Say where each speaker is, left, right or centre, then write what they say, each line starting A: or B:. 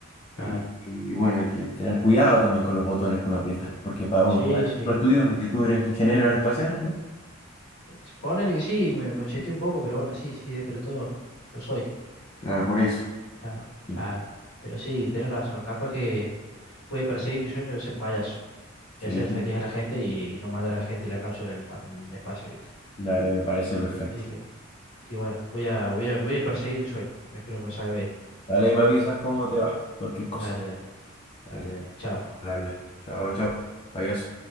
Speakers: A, on the left; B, on the left.
A: claro.
B: Y, y bueno, hay que tener cuidado también con los botones que uno aprieta, porque para vos,
A: Sí,
B: para eso
A: sí.
B: uno estudió, ni que tú eres ingeniero aeroespacial, ¿no?
A: Es- Ponele que sí, me macheteé un poco, pero bueno, sí, sí, dentro de todo lo soy.
B: Claro, por eso.
A: Claro,
B: Sí,
A: claro. Pero sí, tenés razón. Capaz que voy a perseguir mi sueño de ser payaso
B: sí,
A: y hacer feliz a la gente y no mandar a la gente la cápsula del pa- del espacio, ¿viste?
B: dale, me parece perfecto.
A: Así que bueno. Y bueno, voy a, voy a, voy a perseguir mi sueño. Espero que me salga bien.
B: Dale, y me avisas cómo te va, cualquier cosa.
A: Dale, dale,
B: Dale,
A: dale, dale. Chao.
B: dale. Chao, chao. Payaso.